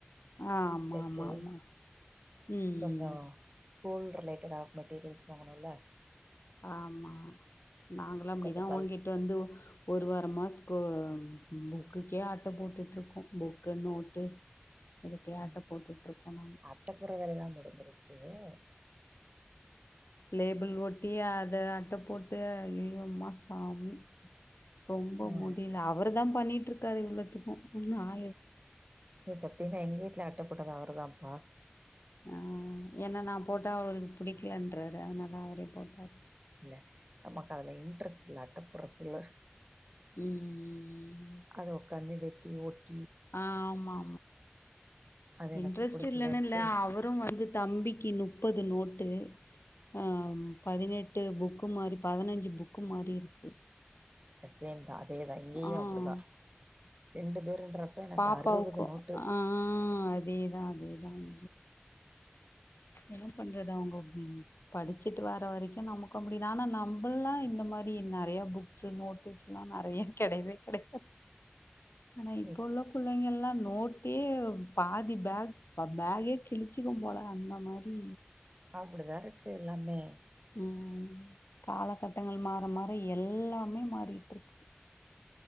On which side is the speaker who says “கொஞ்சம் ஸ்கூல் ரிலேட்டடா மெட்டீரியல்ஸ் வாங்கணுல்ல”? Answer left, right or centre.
Right